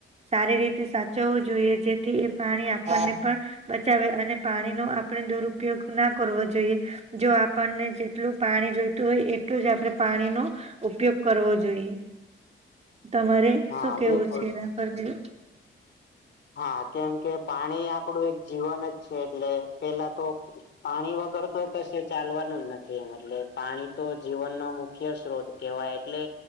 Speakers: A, on the right; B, on the left.
A: સારી રીતે સાચવવું જોઈએ જેથી એ પાણી આપણને પણ બચાવે અને પાણીનો આપણે દુરુપયોગ ના કરવો જોઈએ. જો આપણને જેટલું પાણી જોઈતું હોય એટલું જ આપણે પાણીનું. ઉપયોગ કરવો જોઈએ તમારે
B: હા
A: શું કેવું
B: બિલકુલ
A: છે એના પર બી.
B: હા કેમ કે પાણી આપડું એક જીવન જ છે એટલે પેલા તો પાણી વગર તો કશું ચાલવાનું જ નથી એમ એટલે પાણી તો જીવન ન મુખ્ય સ્તોત્ર કેવાય એટલે